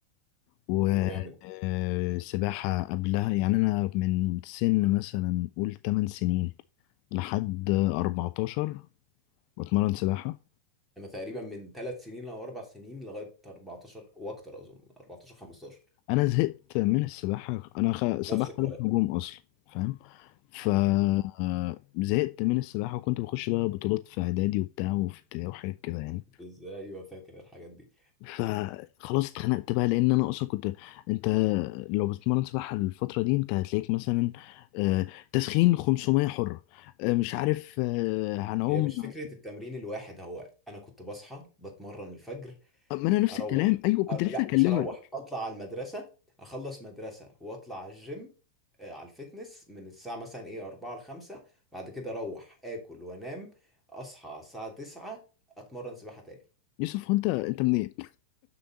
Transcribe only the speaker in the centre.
يبقى جامد
انا تقريبا من ثلاث سنين او اربع سنين لغايه 14 واكتر اظن 14 15
نفس الكلام
امم
بس ايوه فاكر الحاجات دي
هي مش فكرة التمرين الواحد هو أنا كنت بصحى بتمرن الفجر
اروح
أر...
لا
مش هروح اطلع على المدرسه اخلص مدرسه واطلع على الجيم آه، على الفتنس من الساعه مثلا ايه 4 ل 5 بعد كده اروح اكل وانام اصحى على الساعه 9 اتمرن سباحه تاني